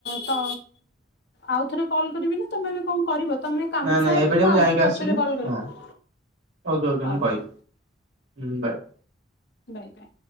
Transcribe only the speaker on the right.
ନାଇଁ
ନାଇଁ ଏବେ ଟିକେ ମୁଁ
ଯାଇଁକି ଆସିଲେ
ହଁ ଓକେ ଓକେ
ମୁଁ କହିବି
ହୁଁ ବାଏ।